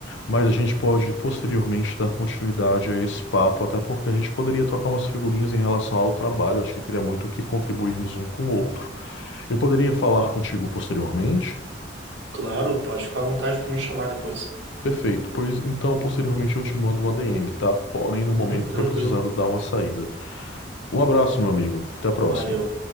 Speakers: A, on the left; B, on the right.
A: mas a gente pode posteriormente dar continuidade a esse papo, até porque a gente poderia trocar umas figurinhas em relação ao trabalho, acho que teria muito o que contribuirmos um com o outro. Eu poderia falar contigo posteriormente?
B: Claro, pode ficar à vontade para me chamar depois.
A: Perfeito, pois então posteriormente eu te mando uma DM, tá? Porém, no
B: Uhum,
A: momento
B: tranquilo.
A: eu tô precisando dar uma saída. Um abraço, meu amigo. Até a próxima.
B: Valeu.